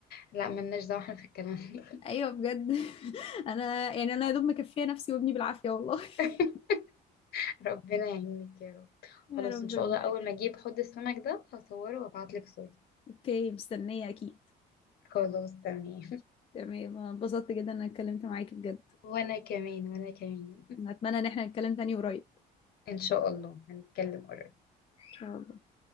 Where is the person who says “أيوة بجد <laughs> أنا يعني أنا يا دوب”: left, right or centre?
Left